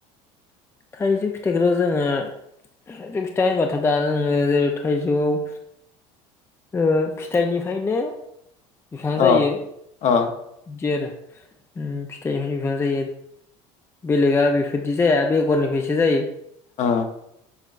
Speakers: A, on the left; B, on the left.
A: थाइजौ फिथाइखौथ' जोङो थाइजौ फिथाइ होनबाथ' दा जोङो जेरै थाइजौआव ओ फिथाइनिफ्रायनो बिफां
B: अ
A: जायो।
B: अ
A: बिदि आरो ओम फिथायनिफायनो बिफां जायो बेलेगा बेफोर बिदि जाया बेगरनिफ्रायसो जायो।
B: अ